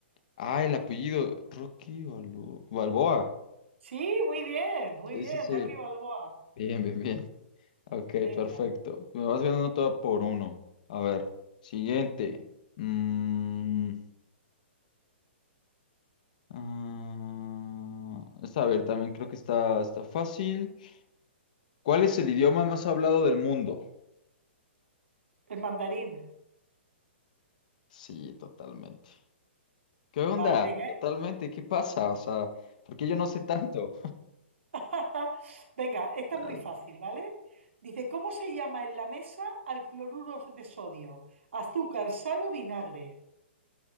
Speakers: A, on the left; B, on the right.
A: ah, el apellido, Rocky Balbo- Balboa.
B: Sí, muy bien, muy
A: Sí,
B: bien,
A: sí, sí.
B: Rocky Balboa.
A: Bien, bien, bien. Ok,
B: Venga,
A: perfecto. Me vas ganando toda por uno. A ver, siguiente. Mm, ah, esta, a ver, también creo que está, está fácil. ¿Cuál es el idioma más hablado del mundo?
B: el mandarín.
A: Sí, totalmente. ¿Qué onda?
B: Vale, venga.
A: Totalmente, ¿qué pasa? O sea, ¿por qué yo no sé tanto?
B: <laughs> Venga, esta
A: Dale.
B: es muy fácil, ¿vale? Dice, ¿cómo se llama en la mesa al cloruro de sodio? Azúcar, sal o vinagre.